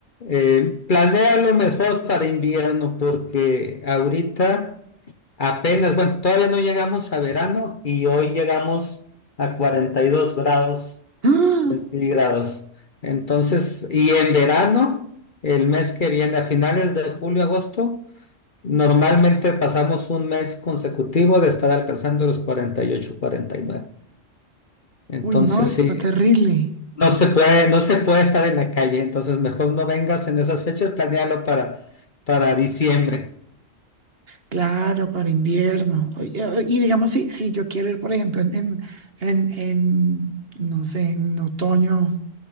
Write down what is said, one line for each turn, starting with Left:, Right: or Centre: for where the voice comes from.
Left: eh, planea lo mejor para invierno porque ahorita apenas, bueno, todavía no llegamos a verano y hoy llegamos a 42 grados
Right: <gasps> ¡Ah!
Left: centígrados. Entonces, y en verano, el mes que viene, a finales de julio, agosto, normalmente pasamos un mes consecutivo de estar alcanzando los cuarenta cuarenta y ocho, cuarenta y nueve. Entonces,
Right: Uy, no, está
Left: sí.
Right: terrible.
Left: No se puede, no se puede estar en la calle, entonces mejor no vengas en esas fechas, planéalo para, para diciembre.
Right: Claro, para invierno. Oy- eh, Y, digamos, si, si yo quiero ir, por ejemplo, en, en, en, en, no sé, en otoño,